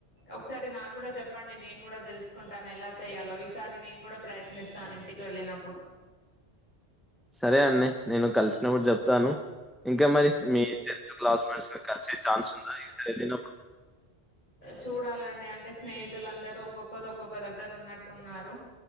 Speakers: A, on the left (about 40°); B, in the centre.
A: ఒకసారి నాకు కూడా చెప్పండి నేను కూడా తెలుసుకుంటాను ఎలా చెయ్యాలో ఈసారి నేను కూడా ప్రయత్నిస్తాను ఇంటికి వెళ్ళినప్పుడు
B: సరే అండి నేను కలిసినప్పుడు చెప్తాను ఇంకా మరి మీ టెన్త్ క్లాస్ మేడ్స్ ని కలిసే ఛాన్స్ ఉందా ఈసారి వెళ్లినప్పుడు
A: చూడాలండి అంటే స్నేహితులుందరూ ఒక్కొక్కరు ఒక్కొక్క దగ్గర ఉన్నట్టున్నారు.